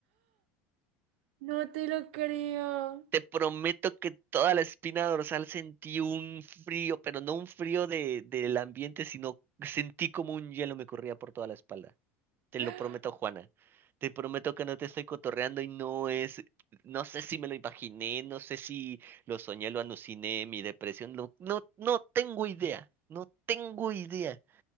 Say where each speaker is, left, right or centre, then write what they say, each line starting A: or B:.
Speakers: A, on the right (about 80°); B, on the right (about 35°).
A: No te lo creo.
B: Te prometo que toda la espina dorsal sentí un frío, pero no un frío de, del ambiente, sino sentí como un hielo me corría por toda la espalda. Te
A: <gasps>
B: lo
A: ¡Ah!
B: prometo, Juana. Te prometo que no te estoy cotorreando y no es, no sé si me lo imaginé, no sé si lo soñé, lo aluciné, mi depresión, no, no, no tengo idea, no tengo idea,